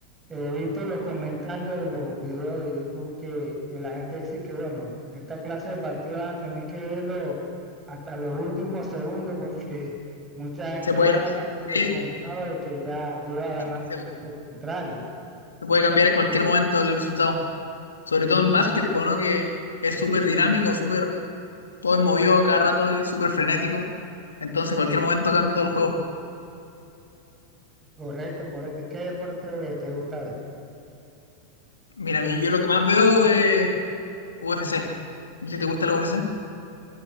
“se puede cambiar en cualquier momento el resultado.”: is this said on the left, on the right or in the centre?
Left